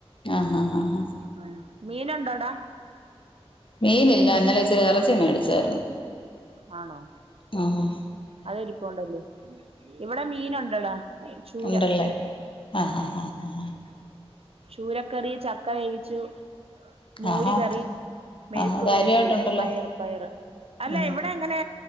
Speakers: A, on the left; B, on the right.
A: ആഹ് ആഹ് ആഹ്
B: ആഹ് മീൻ ഒണ്ടോടാ
A: മീനില്ല ഇന്നലെ ഇച്ചിരി എറച്ചി മേടിച്ചാരുന്നു
B: ആണോ?
A: ആഹ
B: അതിരിപ്പോണ്ടല്ലേ ഇവിടെ മീനുണ്ടെടാ ചൂര.
A: ഉണ്ടല്ലേ
B: ഉം
A: ആഹ് ഹ ഹ ഹ ഹ
B: ചൂരക്കറി ചക്ക വേവിച്ചു. മോര്
A: ആഹാ
B: കറി, മെഴുക്കുപെരട്ടി,
A: ആഹാ കാര്യമായിട്ടുണ്ടല്ലോ
B: പയറ് പയറ്. അല്ല
A: ഉം
B: ഇവിടെ അങ്ങനെ